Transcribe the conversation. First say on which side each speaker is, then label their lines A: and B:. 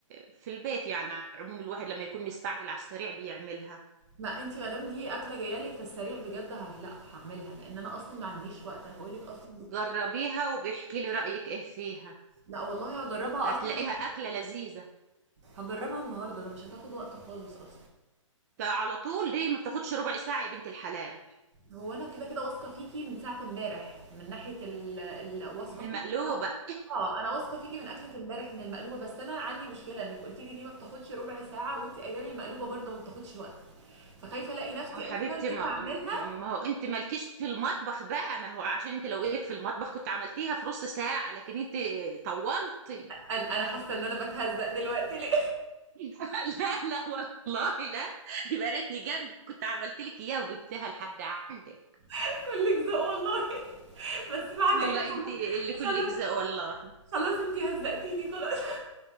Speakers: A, on the right (about 30°); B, on the right (about 60°).
A: في البيت يعني على العموم الواحد لما يكون مستعجل على السريع بيعملها
B: ما انتي مادام دي اكله جايه لي في السريع بجد هت- لا هعملها لان انا اصلا ما عنديش وقت انا بقول لك اصلا من
A: جربيها
B: كتر-
A: وبيحكي لي رأيك إيه فيها
B: لا والله هجربها
A: هتلاقيها
B: اصلا
A: أكلة لذيذة
B: هجربها النهارده ده مش هتاخد وقت خالص اصلا
A: تا على طول دي ما بتاخدش ربع ساعة يا بنت الحلال
B: هو انا كده كده واثقه فيكي من ساعه امبارح من ناحيه ال... ال... واثقه
A: من المقلوبة
B: فيكي انا اه انا واثقه فيكي من اكله امبارح من المقلوبه بس انا عندي مشكله انك قلتي لي دي ما بتاخدش ربع ساعه وانت قايله لي المقلوبه برضه ما بتاخدش وقت فخايفه الاقي نفسي
A: ما هو حبيبتي
B: اصلا جيت
A: ما,
B: اعملها
A: ما هو انت مالكيش في المطبخ بقى ما هو عشان انت لو ايدك في المطبخ كنت عملتيها في نص ساعة لكن انت طولتي
B: انا أنا حاسه ان انا بتهزق دلوقتي ليه
A: <laughs> لا لا والله لا يبقى ريتني جنبك كنت عملت لك اياها وجبتها لحد عندك
B: <laughs> كلك ذوق والله <laughs> بس بعد
A: والله
B: ايه خلاص
A: انت اللي كلك
B: خلاص
A: زق والله
B: خلاص انت هزقتيني خلاص